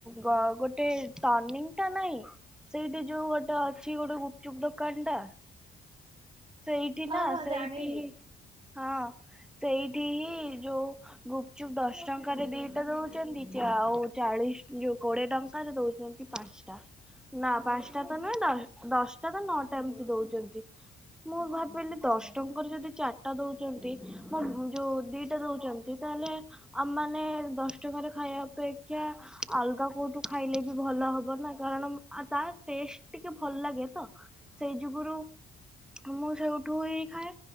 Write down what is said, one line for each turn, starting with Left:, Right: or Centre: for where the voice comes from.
Centre: ଗ ଗୋଟେ ଗୋଟେ ଟର୍ଣିଂ ଟା ନାଇଁ ସେଇଠି ଯଉ ଗୋଟେ ଅ ଅଛି ଗୋଟେ ଗୁପଚୁପ ଦୋକାନ ଟା। ସେଇଠି
Right: ହଁ
Centre: ନା
Right: ହଁ
Centre: ସେଇଠି
Right: ଜାଣିଲି।
Centre: ହିଁ, ହଁ ସେଇଠି ହିଁ ଯଉ ଗୁପ୍ ଚୁପ୍ ଦଶ ଟଙ୍କାରେ ଦିଇଟା ଦଉ ଆଉ ଚାଳିଶ ଯୋଉ କୋଡିଏ ଟଙ୍କାରେ ଦଉଛନ୍ତି ପାଞ୍ଚଟା। ନା ପାଞ୍ଚଟା ତ ନୁହେଁ ଦଶ ଦଶଟା ନା ନଅଟା ଏମିତି ଦଉଛନ୍ତି ମୁଁ ଭାବିଲି ଦଶ ଟଙ୍କାର ଯଦି ଚାରିଟା ଦଉଛନ୍ତି ମୋ ଯୋଉ ଦିଟା ଦଉଛନ୍ତି। ତାହେଲେ ଆମ ମାନେ ଦଶଟଙ୍କାରେ ଖାଇବା ଅପେକ୍ଷା ଅଲଗା କୋଉଠୁ ଖାଇଲେ ବି ଭଲ ହବ ନା କାରଣ ଆ ତା ଟେଷ୍ଟ ଟିକେ ଭଲ ଲାଗେ ତ ସେଇ ଯୁଗରୁ ମୁଁ ସେଇଠୁ ହି ଖାଏ